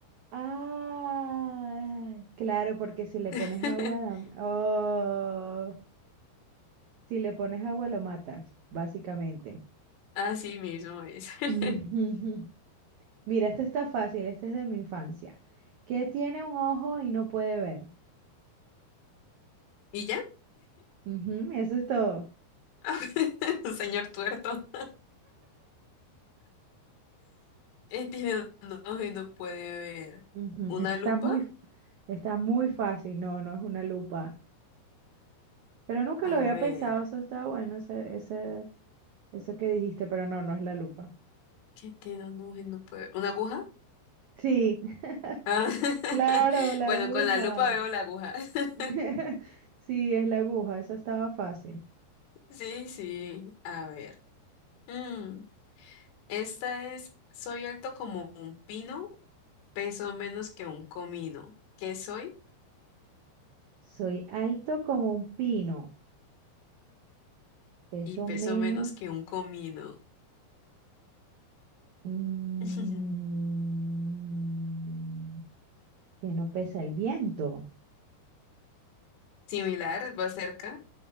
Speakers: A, on the right (about 85°); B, on the left (about 80°).
A: Ah, claro, porque si le
B: <laughs>
A: pones agua, la- oh, si le pones agua lo matas, básicamente.
B: Así mismo es. <laughs>
A: <laughs> Mira, este está fácil, este es de mi infancia. ¿Qué tiene un ojo y no puede ver?
B: ¿Y ya?
A: Ujú, eso es todo.
B: <laughs> Un Señor tuerto. Él tiene un ojo y no puede ver.
A: Ujú,
B: ¿Una
A: ese está
B: lupa?
A: muy, f- está muy fácil, no, no es una lupa. Pero nunca
B: A
A: lo había
B: ver,
A: pensado, eso está bueno, ese, ese- eso que dijiste, pero no, no es la lupa.
B: ¿qué tiene un ojo y no puede ver? ¿Una aguja?
A: Sí, <laughs>
B: Ah, <laughs>
A: claro, la
B: Bueno,
A: aguja.
B: con la lupa veo la aguja. <laughs>
A: <laughs> Sí, es la aguja, eso estaba fácil.
B: Sí, sí, a ver. Mm, esta es, soy alto como un pino, peso menos que un comino. ¿Qué soy?
A: Soy alto como un pino, peso
B: y pesó
A: menos
B: menos que un comino.
A: Mm,
B: <laughs>
A: que no pesa el viento.
B: Similar, va cerca.